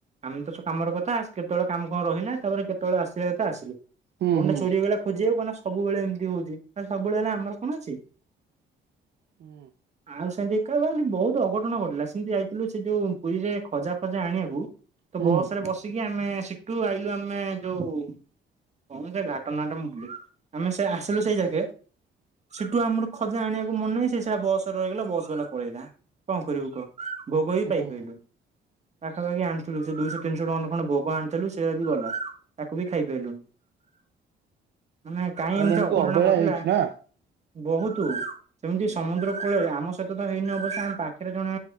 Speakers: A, on the right; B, on the right.
A: ଆମେ ତ ସବୁ କାମର କଥା କେତେବେଳେ କାମ କଣ ରହିଲା ତାପରେ କେତେବେଳେ ଆସିଲା କେତେ ଆସିଲୁ?
B: ହୁଁ
A: ଫୋନ
B: ହୁଁ
A: ଟା ଚୋରିହୋଇ ଗଲା ଖୋଜିବ କଣ ସବୁଳେ ଏମିତି ହଉଛି ସବୁବେହେଲା ଆମର କଣ ଅଛି?
B: ହୁଁ।
A: ଆଉ ସେମିତି ଏକା ଭାଇ ବହୁତ ଅଘଟଣ ଘଟିଲଥିଲା ସେମିତି ଯାଇଥିଲୁ ସେ ଯୋଉ ପୁରୀରେ ଖଜା ଫଜା ଆଣିବାକୁ ତ
B: ହୁଁ
A: ବସ ରେ ବସିକି ଆମେ ସିଟୁ ଆଇଲୁ ଆମେ ଯୋଉ କଣ ସେ ଘାଟ ନାଁଟା ମୁଁ ବୁଲି ଗଲି ଆମେ ସେ ଆସିଲୁ ସେଇ ଜାଗେ ସେଠୁ ଆମର ଖୋଜା ଆଣିବାକୁ ମନ ନାହିଁ ସେଇଟା ବସରେ ରହିଗଲା ବସ ବାଲା ପଳେଇଲା। କଣ କରିବୁ କହ ଭୋଗ ବି ପାଇପାରିଲୁ?
B: ହୁଁ
A: ପାଖାପାଖି ଆଣିଥିଲୁ ସେ ଦୁଇଶହ ତିନିଶହ ଟଙ୍କା ଖ ଭୋଗ ଆଣିଥିଲୁ ସେଇଟା ବି ଗଲା। ତାକୁ ବି ଖାଇପାରଲୁ ମାନେ କାହିଁ
B: ତାହେଲେ
A: ଏମତି
B: ଏମିତି
A: ଅଘଟଣା
B: ଅବହେଳା
A: ଘଟିଲା?
B: ହେଇଛି ନା।
A: ବହୁତୁ। ସେମିତି ସମୁଦ୍ର କୂଳରେ ଆମ ସହିତ ତ ହେଇନି ଅବଶ୍ୟ ଆମ ପାଖରେ ଜଣେ